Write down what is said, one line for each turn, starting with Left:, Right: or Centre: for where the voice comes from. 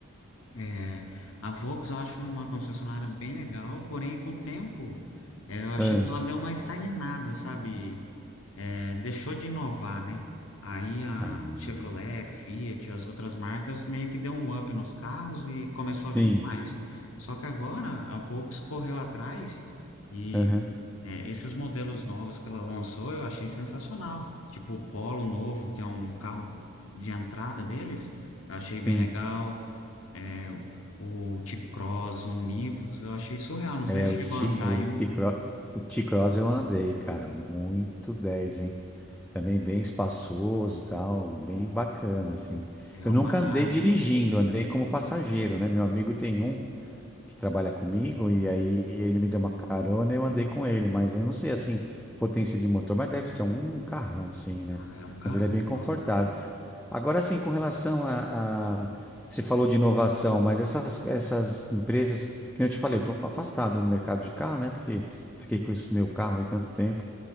Left: É, a Volks eu acho uma concessionária bem legal, porém com o tempo é, eu achei
Centre: Aham.
Left: que ela deu uma estagnada, sabe? É, deixou de inovar, né? Aí a
Centre: Aham.
Left: Chevrolet, Fiat, as outras marcas meio que deu um up nos carros e começou
Centre: Sim.
Left: a vender mais. Só que agora a Volks correu atrás e
Centre: Aham.
Left: é, esses modelos novos que ela lançou eu achei sensacional. Tipo o Polo novo, que é um carro de entrada deles, eu achei
Centre: Sim.
Left: bem legal é, o, o T-Cross, o Nivus, eu achei surreal. Não
Centre: É,
Left: sei se
Centre: o
Left: chegou
Centre: T,
Left: a andar
Centre: o
Left: em
Centre: T-Cross,
Left: um.
Centre: o T-Cross eu andei, cara, muito 10, hein? Também bem espaçoso, e tal, bem bacana, assim.
Left: É
Centre: Eu
Left: uma
Centre: nunca
Left: nave,
Centre: andei dirigindo,
Left: né?
Centre: andei como passageiro, né? Meu amigo tem um que trabalha comigo, e aí ele me deu uma carona e eu andei com ele, mas eu não sei, assim, potência de motor, mas deve ser um carrão, sim, né?
Left: Ah, é um carrão,
Centre: Mas ele é bem confortável.
Left: nossa.
Centre: Agora, sim, com relação a, a... Você falou de inovação, mas essas, essas empresas, que nem eu te falei, eu estou afastado do mercado de carro, né? Porque fiquei com esse meu carro aí tanto tempo,